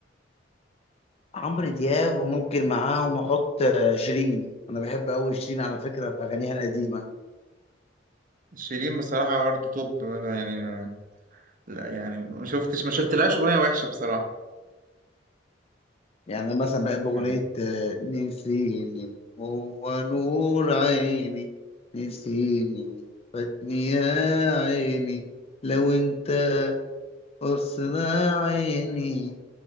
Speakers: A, on the left; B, on the right.
A: عمرو دياب وممكن معاهم احط آه، شيرين انا بحب قوي شيرين على فكره في اغانيها القديمه
B: شيرين بصراحة برضه توب يعني لا يعني ما شفتش ما شفتلهاش اغنية وحشة بصراحة
A: يعني انا مثلا بحب اغنيه
B: يعني
A: آه، نسيني هو نور عيني نسيني وفاتني يا عيني لو انت قصنا عيني